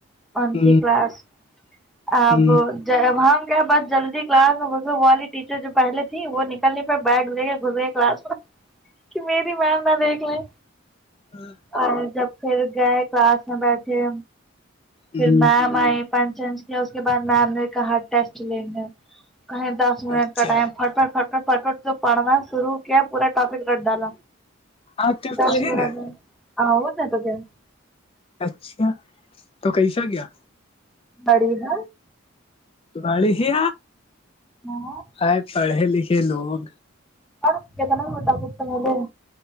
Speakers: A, in the centre; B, on the left (about 30°).
A: ان
B: ہ
A: کی کلاس اب
B: ہ
A: جب ہم کہ بس جلدی کلاس میں گس والی ٹیچر جو پہے تھی وہ نکلنی پ بیٹگ لے کے گھسر گئے کلاس
B: <unintelligible>
A: میں کہ میری میم نہ دیکھ لیں
B: ہاں
A: اور جب پھر گئے کلاس میں بیٹھے
B: ہ
A: پھر میم آئی پنچچ کے اس کے بعد میم نے کہا ٹیسٹ ل گ کہیں دس س منٹ
B: اچھا
A: کا ٹائم فٹ فٹ فٹفٹ فٹفٹ جو پڑھنا شروع کیا پورا ٹاپک رٹ ڈالا
B: آپ ٹفٹ
A: دس
B: لے
A: میر
B: نا
A: د آ وہ ن تو دھر
B: اچھا تو کیسا گیا
A: بڑی ہ
B: پ ل ہ
A: اور
B: آ پڑھے لکھے لوگ
A: ہو م